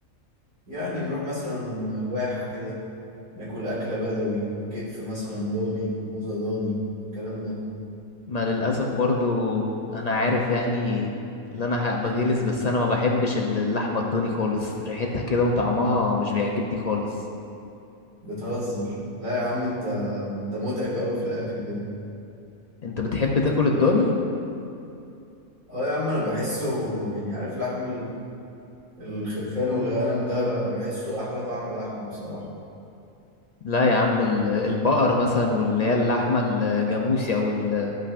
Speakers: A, on the right; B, on the left.
A: يعني نروح مثلا واحة كده ناكل أكلة بدوي كتف مثلا ضاني موزة ضاني الكلام ده
B: ما للاسف برضو انا عارف يعني اللي انا ه- بغلس بس انا ما بحبش ال- اللحمه الضاني خالص ريحتها كده وطعمها مش بيعجبني خالص
A: بتهزر لا يا عم انت انت متعب قوي في الأكل كده
B: انت بتحب تاكل الضاني
A: اه يا عم انا بحسه يعني عارف لحم الخرفان والغنم ده ب- بحسه احلى طعم لحمه بصراحه
B: لا يا عم ال- البقر مثلا واللي هي اللحمه الجاموسي او ال-